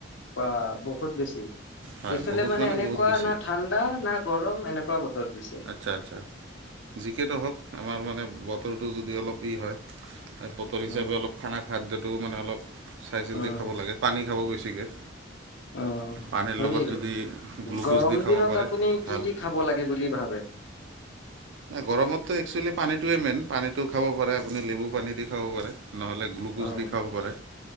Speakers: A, on the left (about 70°); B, on the right (about 70°).
A: বা বহুত। বেছি,
B: হয়
A: ইফালে
B: বহুত
A: মানে এনেকুৱা,
B: বহুত বেছি
A: না ঠাণ্ডা না গৰম এনেকুৱা বতৰ। দিছে।
B: আচ্ছা আচ্ছা, যিকেই নহওক আমাৰ মানে বতৰটো যদি অলপ ই হয়। বতৰ
A: উম,
B: হিচাপে অলপ খানা খাদ্যটোও মানে অলপ চাই চিন্তি
A: উম,
B: খাব লাগে, পানী খাব বেছিকৈ।
A: অ'।
B: পানীৰ
A: হেৰি
B: লগত যদি গ্লুক'জ
A: গৰম
B: দি খাব
A: দিনত
B: পাৰে
A: আপুনি কি
B: ভাল।
A: কি খাব লাগে বুলি ভাবে?
B: নাই গৰমতো এক্চুৱেলি পানীটোৱে মেইন, পানীটো খাব পাৰে আপুনি নেমু পানী দি খাব পাৰে। নহ'লে গ্লুক'জ
A: অ',
B: দি খাব পাৰে,